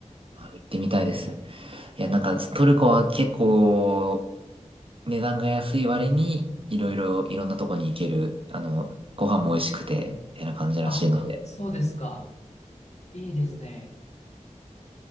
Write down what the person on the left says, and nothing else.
あ、そうですか。いいですね。